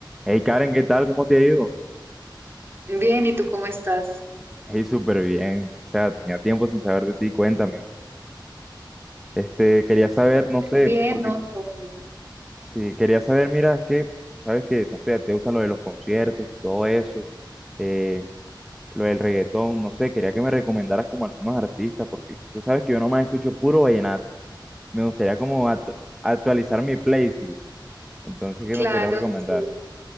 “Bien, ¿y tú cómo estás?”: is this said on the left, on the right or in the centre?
Right